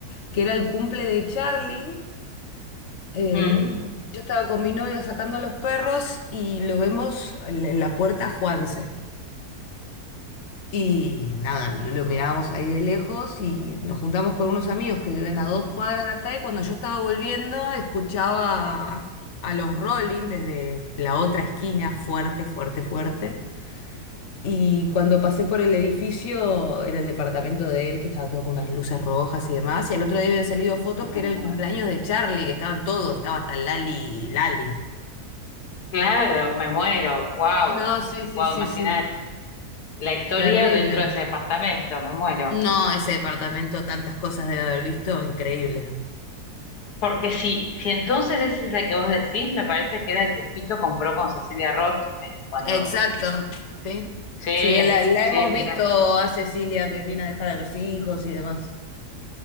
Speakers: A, on the left (about 55°); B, on the left (about 75°).
A: que era el cumple de Charlie. eh,
B: Mm,
A: yo estaba con mi novio sacando a los perros y lo vemos en la en la puerta a Juanse. Y nada, lo mirábamos ahí de lejos y nos juntamos con unos amigos que viven a dos cuadras de acá y cuando yo estaba volviendo escuchaba a los Rolling desde la otra esquina, fuerte, fuerte, fuerte. Y cuando pasé por el edificio, era el departamento de él, que estaba todo con unas luces rojas y demás. Y al otro día habían salido fotos que
B: me
A: era
B: muero.
A: el cumpleaños de Charlie, que estaban todos, estaba hasta Lali, Lali.
B: Claro, me muero, wow,
A: No, sí, sí,
B: wow,
A: sí,
B: imagínate
A: sí.
B: la historia
A: Terrible.
B: dentro de ese departamento, me muero.
A: No, ese departamento, tantas cosas debe haber visto, increíble.
B: Porque si, si entonces ese es el que vos decís, me parece que era el que Fito compró con Cecilia Roth eh, cuando...
A: Exacto, sí.
B: Sí,
A: Sí, la, la
B: sí,
A: hemos
B: mirá,
A: visto a Cecilia que viene a dejar a los hijos y demás.